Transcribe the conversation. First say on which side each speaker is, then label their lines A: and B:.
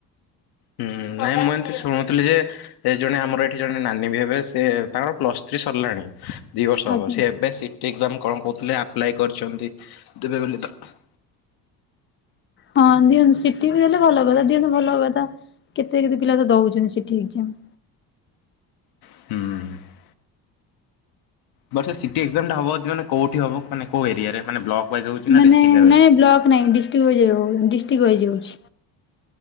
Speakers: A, on the left (about 70°); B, on the left (about 30°).
A: ହୁଁ ନାଇଁ ମୁଁ ଏମତି ଶୁଣୁଥିଲି ଯେ ସେ ଜଣେ ଆମର ଏଠି ଜଣେ ନାନୀ ବି ହେବେ ସେ ତାଙ୍କର ପ୍ଲସ ଥ୍ରୀ ସରିଲାଣି ଦୁଇ ବର୍ଷ
B: ଆଜ୍ଞା।
A: ହେବ। ସେ ଏବେ ସିଟି ଏକ୍ଜାମ କଣ କହୁଥିଲେ ଆପ୍ଲାଏ କରିଛନ୍ତି ଦେବେ ବୋଲି ତ।
B: ହଁ ଦିଅନ୍ତୁ ସିଟି ବି ଦେଲେ ଭଲ କଥା ଦିଅନ୍ତୁ ଭଲ କଥା। କେତେ କେତେ ପିଲା ତ ଦଉଛନ୍ତି ସିଟି ଏକ୍ଜାମ।
A: ହୁଁ। ବଟ ସେ ସିଟି ଏକ୍ଜାମ ଟା ହବ ଯଦି ମାନେ କୋଉଠି ହବ ମାନେ କୋଉ ଏରିଆରେ ମାନେ ବ୍ଲକ ୱାଇଜ ହଉଛି ନା
B: ମାନେ
A: ଡିଷ୍ଟ୍ରିକ୍ଟ ୱାଇଜ?
B: ନାଇଁ ବ୍ଲକ ନାଇଁ ଡିଷ୍ଟ୍ରିକ୍ ୱାଇଜ ଡିଷ୍ଟ୍ରିକ୍ଟ ୱାଇଜ୍ ହଉଛି।